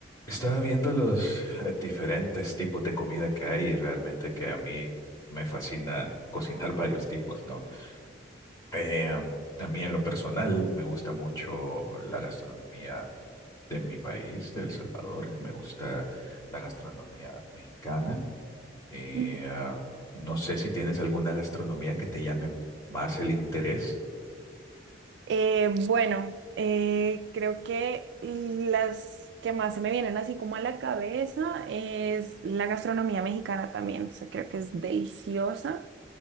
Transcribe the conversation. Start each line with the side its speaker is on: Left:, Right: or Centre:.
Left: Estaba viendo los eh, diferentes tipos de comida que hay y realmente que a mí me fascina cocinar <laughs> varios tipos, ¿no? Eh, a mí en lo personal me gusta mucho la gastronomía de mi país, de El Salvador, me gusta la gastronomía mexicana. Eh,
Right: Ujú.
Left: ah, no sé si tienes alguna gastronomía que te llame más el interés.
Right: Eh, bueno, eh, creo que las que más se me vienen así como a la cabeza es la gastronomía mexicana también, o sea, creo que es deliciosa,